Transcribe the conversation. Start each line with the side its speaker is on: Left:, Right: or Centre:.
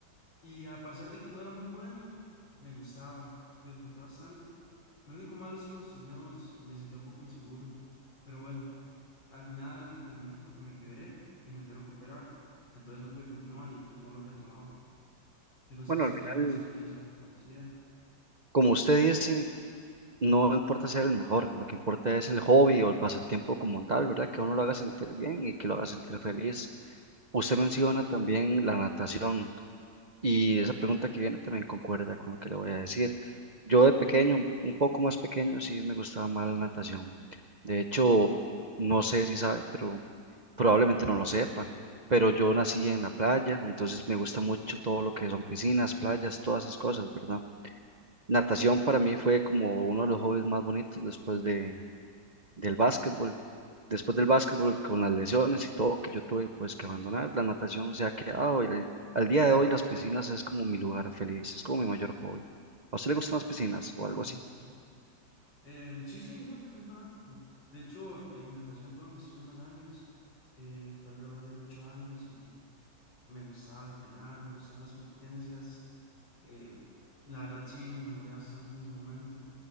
Left: Y a pesar de que no era muy bueno, me gustaba, lo disfruté bastante. Lo único malo es que en los torneos me sentía un poco inseguro. Pero bueno, al final terminé porque me quebré y me tuvieron que operar. Entonces no pude continuar y no lo he retomado. Yo no sé
Right: Bueno,
Left: si usted
Right: al
Left: tiene
Right: final,
Left: alguna experiencia parecida.
Right: Como usted dice, No importa ser el mejor, lo que importa es el hobby o el pasatiempo como tal, ¿verdad? Que uno lo haga sentir bien y que lo haga sentir feliz. Usted
Left: Claro,
Right: menciona también la natación y esa pregunta que viene también concuerda con lo que le voy a decir. Yo de pequeño, un poco más pequeño, sí me gustaba más la natación. De hecho, no sé si sabe, pero probablemente no lo sepa, pero yo nací en la playa, entonces me gusta mucho todo lo que son piscinas, playas, todas esas cosas, ¿verdad? Natación para mí fue como uno de los hobbies más bonitos después de, del básquetbol. Después del básquetbol, con las lesiones y todo que yo tuve, pues que abandonar, la natación se ha quedado y le- al día de hoy las piscinas es como mi lugar feliz, es como mi mayor hobby. ¿A usted le gustan las piscinas
Left: ok,
Right: o algo así?
Left: ok. Em, sí, sí, no, yo fui fanático. De hecho, en natación fue donde estuve más años. eh, fue alrededor de ocho años y me gustaba entrenar, me gustaban las competencias. eh, la verdad sí me enamoré bastante en su momento